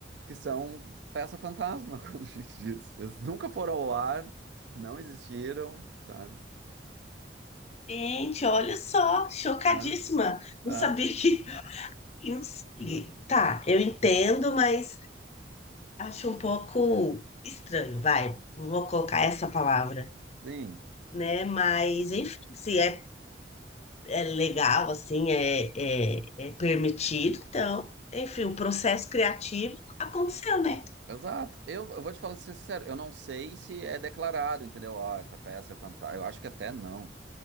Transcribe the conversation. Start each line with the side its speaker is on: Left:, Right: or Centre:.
Right: que são peça fantasma, <laughs> quando a gente diz. Eles nunca foram ao ar, não existiram, sabe?
Left: Gente, olha só, chocadíssima.
Right: É,
Left: Não
Right: é,
Left: sabia que. <laughs> eu não sei. Tá, eu entendo, mas acho um pouco estranho, vai. Vou colocar essa palavra,
Right: sim,
Left: né? Mas, enfim, se é, é legal, assim, é, é, é permitido, então, enfim, o processo criativo aconteceu, né?
Right: exato. Eu, eu vou te falar ser sincero, eu não sei se é declarado, entendeu? Ah, essa peça é fantástica. Eu acho que até não,